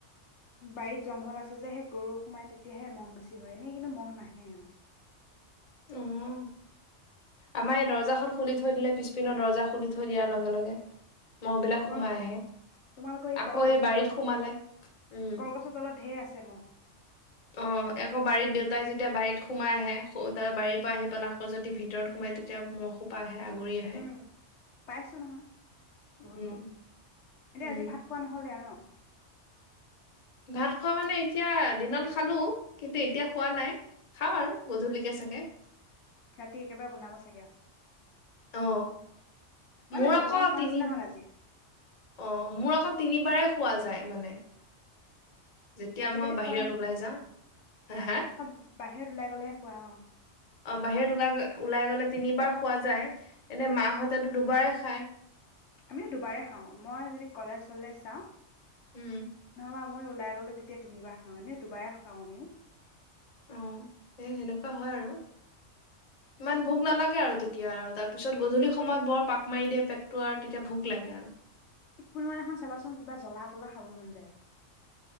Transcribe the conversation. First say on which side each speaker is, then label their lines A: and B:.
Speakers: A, on the left; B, on the left.
A: বাৰীত জংঘল আছে যে সেই গৰু সোমাই তেতিয়াহে মহ বেছি হয় এনেই কিন্তু মহ নাহে আমাৰ
B: উম আমাৰ এই দৰ্জাখন খুলি থৈ দিলে পিছপিনৰ দৰ্জা খুলি থৈ দিয়াৰ লগে লগে মহ'বিলাক
A: তোমালোকৰ
B: সোমাই আহে।
A: তোমালোকৰ এই
B: আকৌ
A: কলগছৰ
B: বাৰীত
A: তলত
B: সোমালে উম,
A: কলগছৰ তলত ঢেৰ আছে চমহ
B: অ আকৌ বাৰীত দেউতাই যেতিয়া বাৰীত সোমাই আহে বাৰীৰ পৰা আহি পেলাই আকৌ যদি ভিতৰত সোমাই তেতিয়া মহ সোপা আহে আগুৰি আহে
A: উম পাইছো নহয় বহুত
B: উম,
A: মহ এতিয়া
B: উম।
A: আজি ভাত খোৱা নহ'লে দে ন
B: ভাত খোৱা মানে এতিয়া দিনত খালো কিন্তু এতিয়া খোৱা নাই খাওঁ আৰু গধূলিকে চাগে
A: ৰাতি একেবাৰে বনাব চাগে আৰু
B: অ
A: মানে
B: মোৰ
A: জলপান
B: আকৌ
A: খোৱা
B: তিনি
A: নিচিনা হ'ল আজি
B: অ মোৰ আকৌ তিনিবাৰে খোৱা যায় যায় মানে যেতিয়া
A: আজিকালি
B: মই বাহিৰত
A: খোৱা নেকি
B: ওলাই যাাম হা হা
A: অ বাহিৰত ওলাই গ'লেহে খোৱা অ
B: অ বাহিৰত ল ওলাই গলে তিনিবাৰ খোৱা যায় এনে মা হঁতেতো দুবাৰেই খায়
A: আমিও দুবাৰে খাওঁ মই যদি কলেজ চলেজ যাওঁ
B: উম
A: নহবা মই ওলাই গ'লে তেতিয়া তিনিবাৰ খাওঁ এনে দুবাৰে খাওঁ আমিও
B: অ সেই সেনেকোৱা হয় আৰু ইমান ভোক নালাগে আৰু তেতিয়া আৰু তাৰপিছত গধূলি সময়ত বৰ পাক মাৰি দিয়ে পেটটো আৰু তেতিয়া ভোক লাগে আৰু
A: ই কোনোবা দিনাখন চাবাচোন কিবা জ্বলা তলা খাব মন যায়